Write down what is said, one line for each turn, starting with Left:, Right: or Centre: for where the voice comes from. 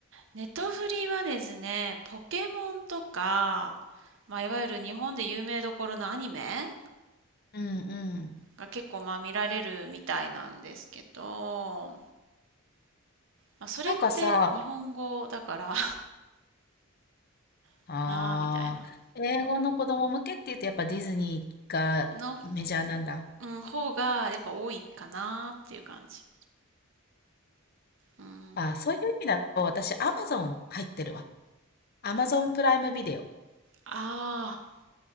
Right: ネトフリはですね、ポケモンとか、まあ、いわゆる日本で有名どころのアニメ
Left: ー、うんうん。
Right: が結構まあ見られるみたいなんですけど、まあ、それって日本語だから
Left: なんかさ、
Right: <laughs>
Left: ああ、
Right: なあみたいな
Left: 英語の子供向けって言うとやっぱディズニーがメジャーなんだ。
Right: の、うん、方がやっぱ多いかなっていう感じ。うん、
Left: ああ、そういう意味だと私、アマゾン入ってるわ。アマゾンプライムビデオ。
Right: あ